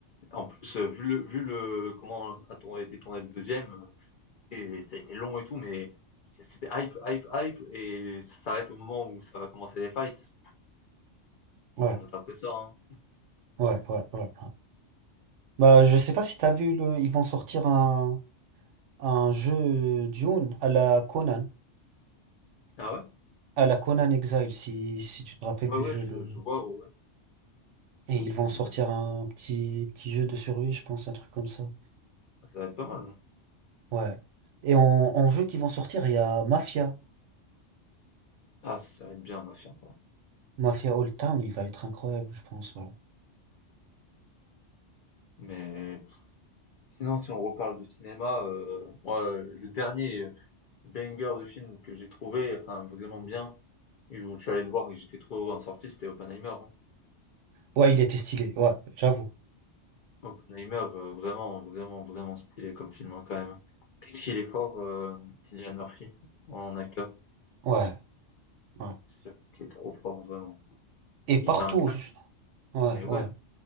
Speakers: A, on the left; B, on the right.
A: En plus, euh, vu le, vu le, comment a tourné- a été tourné le deuxième, euh, et ça a été long et tout, mais c'était hype, hype, hype, et ça s'arrête au moment où ça va commencer les fights.
B: Ouais,
A: Tout le monde interprète ça, hein.
B: ouais, ouais, ouais. ouais. Bah, je sais pas si t'as vu le. Ils vont sortir un Un jeu Dune à la Conan,
A: Ah ouais?
B: à la Conan Exile, si, si tu te rappelles
A: Ouais,
B: du
A: ouais,
B: jeu.
A: je,
B: Le...
A: je vois, ouais. ouais.
B: Et
A: Ok,
B: ils vont sortir
A: bah,
B: un petit, petit jeu de survie, je pense, un truc comme ça.
A: ça va être pas mal. hein.
B: Ouais. Et en, en jeu qui vont sortir, il y a Mafia.
A: Ah, ça va être bien, ma chère. ouais.
B: Mafia Old Town, il va être incroyable, je pense. Ouais,
A: Mais sinon, si on reparle de cinéma, euh, moi, euh, le dernier banger de film que j'ai trouvé, enfin, vraiment bien, Et où je suis allé le voir et j'étais trop en sortie, c'était Oppenheimer. hein.
B: ouais il était stylé, ouais, j'avoue.
A: Oppenheimer, euh, vraiment, vraiment, vraiment stylé comme film, hein, quand même. Qu'est-ce qu'il est fort, euh, Cillian Murphy, en acteur.
B: Ouais, ouais.
A: C'est un mec qui est trop fort, vraiment.
B: Et
A: Il
B: partout,
A: a un casque,
B: je- ouais,
A: mais ouais.
B: ouais,